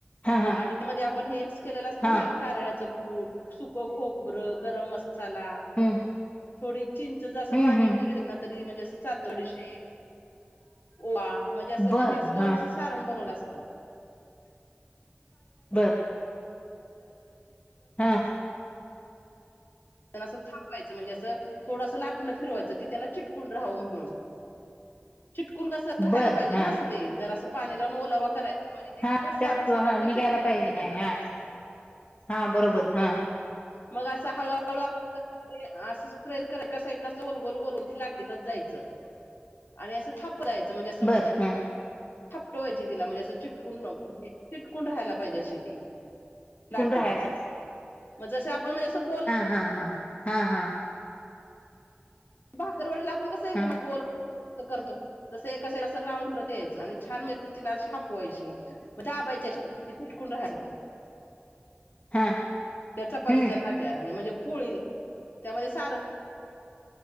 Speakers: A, on the left; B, on the left.
A: हा हा
B: आणि म आपण हे मिक्स केलं ल अस
A: हा
B: ना कारळचं कूट सुकं खोबरं गरम मसाला
A: हम्म
B: थोडी चिंचच असं
A: हम्म
B: पाणी
A: हम्म
B: वगैरे ना तरी म्हणजे असं चालथोडीशीेप ओवा म्हणजे अस
A: बर
B: ते मिक्स करून
A: हा
B: अस सारण बनव असत. ला.
A: बर हा
B: पण असं थांबवायचं म्हणजे असं थोडंसं लाटणं फिरवायचं. त्याला चिटकून राहा म्हणून चिटकून कस राहायला
A: बर
B: पाहिजे
A: हा
B: ना अस ते जर असं. पाणी लावून ओलावा करायचं म्हणजे तेच
A: हा
B: सारण
A: त्यात
B: सगळं
A: हा
B: आपलं
A: निघायला
B: चिटकून
A: पाहिजे
B: राहतं त्याला
A: नाही हा हा बरोबर हा.
B: मग असा हल. ळ तिथे असं स्प्रे कर ए साईडन असं गोलगोल गोलगती नाटिकत जायचं. आणि असं थाप दयचं म्हणजे असं म्हणजे
A: बर ह
B: छपट व्हायची तिला म्हणजे असं चिटकून चिटकून राहायला पाहिजे अशी ती लाटी
A: कुंड राहा अस.
B: मग जस आपण म्हणजे असं गोल.
A: हा हा हा हा.
B: भाकरवाडीला आपण कसं एकद
A: हा
B: मग गोल करतो तस एका असं राऊंड उत यायचं आणि छान तिलाशी हापवायशी म्हणजे टकून राहा.
A: हा
B: त्याचा परिच
A: हम्म
B: नाट म्हणजे पोळीला त्यामध्ये सारण.